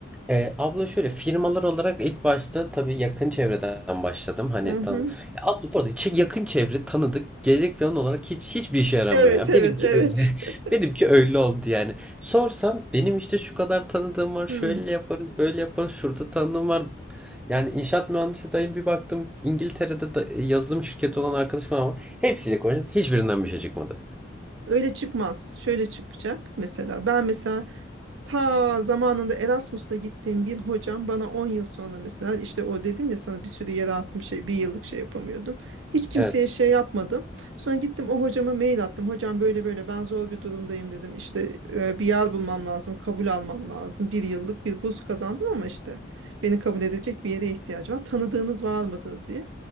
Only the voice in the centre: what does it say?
Eee, abla şöyle firmalar olarak ilk başta tabii yakın çevreden başladım. Hani
tan.
Ya abla bu arada çe- yakın çevre tanıdık gelecek plan olarak hiç hiçbir işe yaramıyor
yani
Benimki
öyle. <laughs>
Benimki öyle oldu yani. Sorsam benim işte şu kadar tanıdığım var. Şöyle
yaparız, böyle yaparız. Şurada tanıdığım var. Yani inşaat mühendisi dayım bir baktım. İngiltere'de da yazılım şirketi olan arkadaşım var ama hepsiyle konuştum. Hiçbirinden bir şey çıkmadı.
Evet.